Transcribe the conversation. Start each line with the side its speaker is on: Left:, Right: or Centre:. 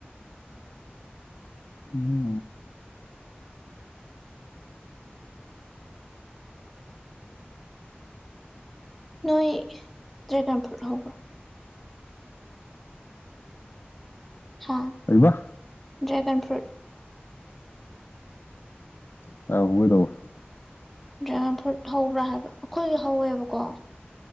Left: ꯎꯝ
Centre: ꯅꯣꯏ ꯗ꯭ꯔꯥꯏꯒꯟ ꯐ꯭ꯔꯨꯠ ꯍꯧꯕ꯭ꯔꯣ ꯍꯥꯥ
Left: ꯀꯩꯕ
Centre: ꯗ꯭ꯔꯥꯏꯒꯟ ꯐ꯭ꯔꯨꯠ
Left: <unintelligible> ꯀꯩꯗꯧꯕ
Centre: ꯗ꯭ꯔꯥꯏꯒꯟ ꯐ꯭ꯔꯨꯠ ꯍꯧꯕ꯭ꯔꯥ ꯍꯥꯏꯕ ꯑꯈꯣꯏꯒꯤ ꯍꯧꯋꯦꯕꯀꯣ